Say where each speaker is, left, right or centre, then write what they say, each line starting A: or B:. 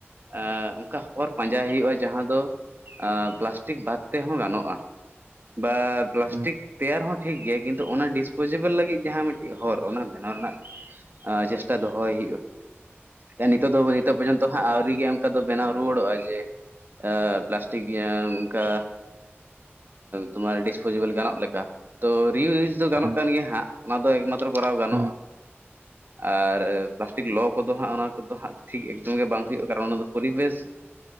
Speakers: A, on the right (about 50°); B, on the right (about 70°).
A: ᱮᱫ ᱚᱱᱠᱟ ᱦᱚᱨ ᱯᱟᱸᱡᱟ ᱦᱩᱭᱩᱜᱼᱟ ᱡᱟᱦᱟᱸ ᱫᱚ ᱯᱞᱟᱥᱴᱤᱠ ᱵᱟᱫ ᱛᱮᱦᱚᱸ ᱜᱟᱱᱚᱜᱼᱟ ᱵᱟ ᱯᱞᱟᱥᱴᱤᱠ
B: ᱦᱩᱸ
A: ᱛᱮᱭᱟᱨ ᱦᱚᱸ ᱴᱷᱤᱠ ᱜᱮᱭᱟ ᱠᱤᱱᱛᱩ ᱚᱱᱟ ᱰᱤᱥᱯᱚᱡᱤᱵᱮᱞ ᱞᱟᱹᱜᱤᱫ ᱡᱟᱦᱟᱸ ᱢᱤᱫᱴᱤᱡ ᱦᱚᱨ ᱚᱱᱟ ᱵᱮᱱᱟᱣ ᱨᱮᱱᱟᱜ ᱪᱮᱥᱴᱟ ᱫᱚᱦᱚᱭ ᱦᱩᱭᱩᱜᱼᱟ ᱟᱨ ᱱᱤᱛᱚᱜ ᱫᱚ ᱱᱤᱛᱚᱜ ᱯᱚᱨᱡᱚᱱᱛᱚ ᱦᱟᱸᱜ ᱟᱹᱣᱨᱤᱜᱮ ᱚᱱᱠᱟ ᱫᱚ ᱵᱮᱱᱟᱣ ᱨᱩᱣᱟᱹᱲᱚᱜᱼᱟ ᱡᱮ ᱯᱟᱞᱟᱥᱴᱤᱠ ᱚᱱᱠᱟ ᱛᱚᱢᱟᱨ ᱰᱤᱥᱯᱚᱡᱤᱵᱮᱞ ᱜᱟᱱᱚᱜ ᱞᱮᱠᱟ ᱛᱚ ᱨᱤᱭᱤᱭᱩᱡᱽ ᱫᱚ ᱜᱟᱱᱚᱜ
B: ᱦᱩᱸ
A: ᱠᱟᱱ ᱜᱮᱭᱟ ᱦᱟᱸᱜ ᱚᱱᱟ ᱫᱚ ᱮᱠᱢᱟᱛᱨᱚ ᱠᱚᱨᱟᱣ ᱜᱟᱱᱚᱜᱼᱟ
B: ᱦᱩᱸ
A: ᱟᱨ ᱯᱞᱟᱥᱴᱤᱠ ᱞᱚ ᱠᱚᱫᱚ ᱦᱟᱸᱜ ᱚᱱᱟ ᱠᱚᱫᱚ ᱦᱟᱸᱜ ᱴᱷᱤᱠ ᱥᱜ ᱜᱮ ᱵᱟᱝ ᱦᱩᱭᱩᱜᱼᱟ ᱠᱟᱨᱚᱱ ᱚᱱᱟ ᱫᱚ ᱯᱚᱨᱤ ᱵᱮᱥ